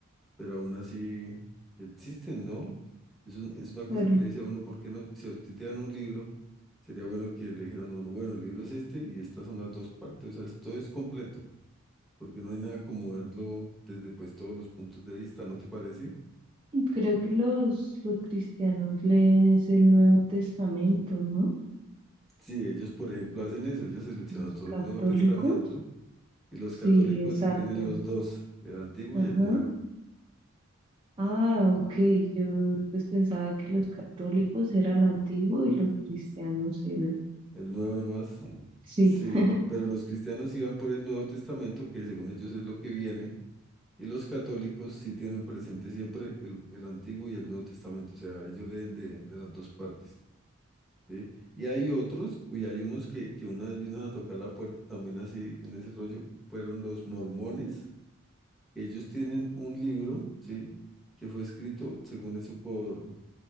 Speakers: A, in the centre; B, on the right.
A: pero aún así existen, ¿no? Es, un- es una cosa
B: claro.
A: que le dice a uno, ¿por qué no? Si a usted te dan un libro, sería bueno que le dijeran a uno, bueno, el libro es este y estas son las dos partes, o sea, esto es completo, porque no hay nada como verlo desde pues todos los puntos de vista, ¿no te parece?
B: Creo que los, los cristianos leen es el Nuevo Testamento, ¿no?
A: Sí, ellos, por ejemplo, hacen eso, ellos seleccionan
B: Los
A: solo
B: católicos.
A: el Nuevo Testamento y los
B: Sí,
A: católicos
B: exacto.
A: sí tienen los dos, el Antiguo
B: Ajá.
A: y el Nuevo,
B: Ah, ok. Yo pues pensaba que los católicos era el antiguo y los cristianos el...
A: el Nuevo nomás,
B: Sí.
A: sí,
B: <laughs>
A: pero los cristianos sí van por el Nuevo Testamento, que según ellos es lo que viene Y los católicos sí tienen presente siempre el, el Antiguo y el Nuevo Testamento, o sea, ellos leen de, de las dos partes, ¿sí? Y hay otros, uy, hay unos que, que una vez vinieron a tocar la puerta también así, en ese rollo, fueron los mormones, que ellos tienen un libro, ¿sí? Que fue escrito, según eso, por